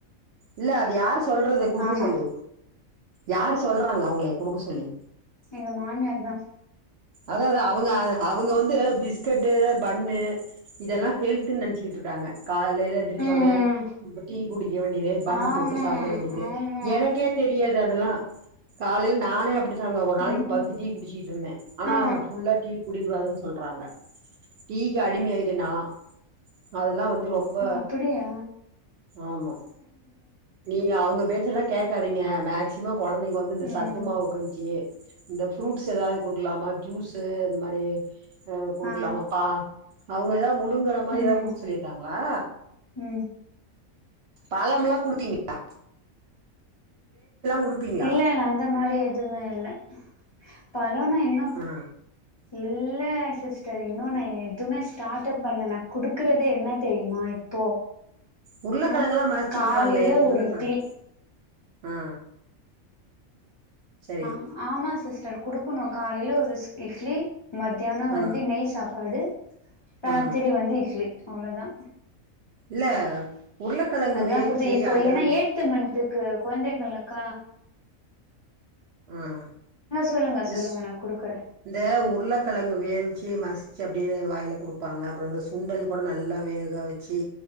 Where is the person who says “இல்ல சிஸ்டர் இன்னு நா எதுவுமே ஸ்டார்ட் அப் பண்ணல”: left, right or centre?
Left